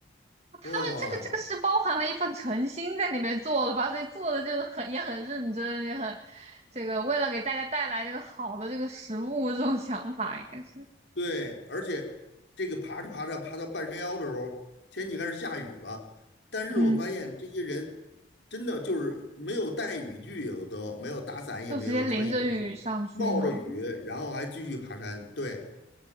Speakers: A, on the right (about 35°); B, on the left (about 65°).
A: 他们这个这个是包含了一份诚心在里面做的吧，
B: 哇，
A: 所以做的就是很也很认真，也很这个为了给大家带来这个好的这个食物这种想法应该是，
B: 对，而且这个爬着爬着爬到半山腰的时候，天气开始下雨了，但是我发现这些人。
A: 嗯，
B: 真的就是没有带雨具，有的都没有打伞，也没有穿雨衣，
A: 就直接淋着雨上去吗？
B: 冒着雨，然后还继续爬山。对，